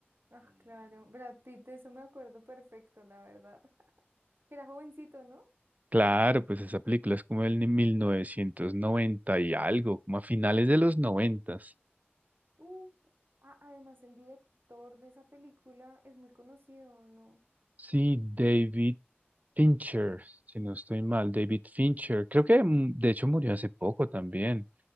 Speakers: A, on the right (about 65°); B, on the right (about 40°).
A: Ah, claro. Brad Pitt, de eso me acuerdo perfecto, la verdad. <laughs> Que era jovencito, ¿no?
B: Claro, pues esa película es como del 1990 y algo, como a finales de los noventas.
A: Uh, ah, además el director de esa película es muy conocido, ¿no?
B: Sí, David Fincher, si no estoy mal, David Fincher. Creo que mm, de hecho murió hace poco también.